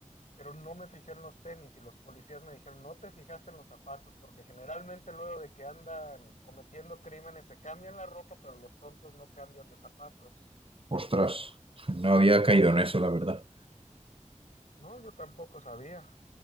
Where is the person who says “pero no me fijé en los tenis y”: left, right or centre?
Left